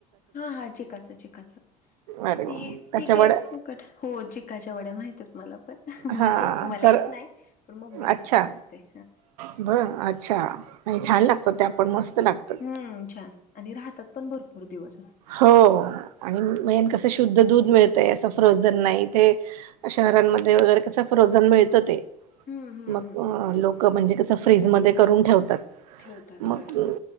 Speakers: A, on the left; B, on the right.
A: हा, हा चिकाच, चिकाच ती
B: अरे वा त्याच्या
A: ती काय
B: वड्या
A: फुकट हो चिकाच्या वड्या माहित मला पण म्हणजे
B: हा
A: मला
B: कर
A: येत नाही पण मम्मी आमची
B: अच्छा
A: बनवते
B: बर अच्छा आणि छान लागतो ते आपण मस्त लागतं
A: हम्म छान आणि राहतात पण भरपूर दिवस असे
B: हो आणि मेन कसं शुद्ध दूध मिळतं ते असं फ्रोझन नाही ते शहरांमध्ये वगैरे कसं फ्रोझन मिळतं ते
A: हम्म हम्म
B: मग
A: हम्म
B: अ लोकं म्हणजे कसं फ्रीज मध्ये करून ठेवतात
A: ठेवतात
B: मग
A: होय